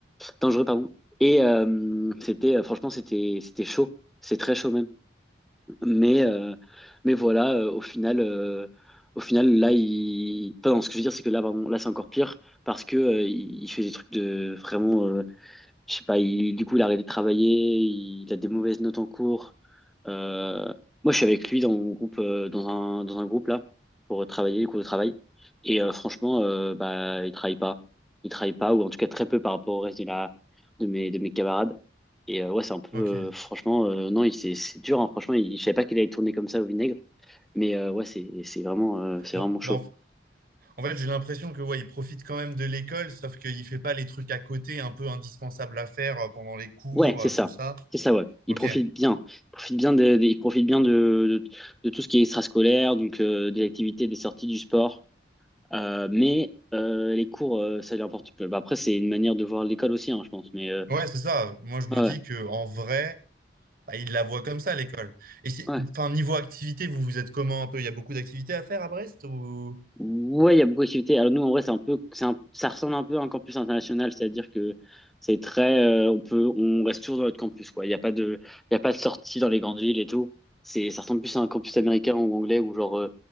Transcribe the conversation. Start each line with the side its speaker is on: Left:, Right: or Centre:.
Centre: dangereux, pardon. Et euh, c'était, euh, franchement, c'était, c'était chaud. C'est très chaud même. Mais, euh, mais voilà, euh, au final, euh, au final, là, il. Pas ce que je veux dire, c'est que là, pardon, là, c'est encore pire parce que euh, il, il fait des trucs de vraiment. euh, je sais pas, il, du coup, il a arrêté de travailler, il, a des mauvaises notes en cours. Euh, moi, je suis avec lui dans mon groupe, euh, dans un, dans un groupe là, pour travailler, les cours de travail. Et euh, franchement, euh, bah, il travaille pas. Il travaille pas, ou en tout cas très peu par rapport au reste de la, de mes, de mes camarades. Et euh, ouais, c'est un peu.
Right: ok.
Centre: euh, franchement, euh, non, il- c'est c'est dur. hein. franchement, il, je savais pas qu'il allait tourner comme ça au vinaigre. Mais euh, ouais, c'est c'est vraiment, euh, c'est
Right: Bon,
Centre: vraiment
Right: bon,
Centre: chaud.
Right: En fait, j'ai l'impression que ouais, il profite quand même de l'école, sauf qu'il fait pas les trucs à côté un peu indispensables à faire euh, pendant les cours,
Centre: Ouais, c'est
Right: euh,
Centre: ça.
Right: tout ça.
Centre: C'est ça, ouais. Il
Right: Ok.
Centre: profite bien. Il profite bien de, de- il profite bien de, de, de tout ce qui est extrascolaire, donc euh, des activités, des sorties, du sport. Euh, mais euh, les cours, euh, ça lui importe peu. Bah, après, c'est une manière de voir l'école aussi, hein, je pense. Mais euh,
Right: Ouais, c'est ça. Moi, je me
Centre: ouais,
Right: dis que en vrai, bah, il la voit comme ça l'école. Et si-
Centre: ouais.
Right: enfin, niveau activité, vous vous êtes comment un peu? Il y a beaucoup d'activités à faire à Brest ou...
Centre: Ouais, il y a beaucoup d'activités. Alors nous, en vrai, c'est un peu, c'est un- ça ressemble un peu à un campus international, c'est-à-dire que c'est très, euh, on peut, on reste toujours dans notre campus, quoi. Il y a pas de, il y a pas de sortie dans les grandes villes et tout. C'est, ça ressemble plus à un campus américain ou anglais où genre, euh,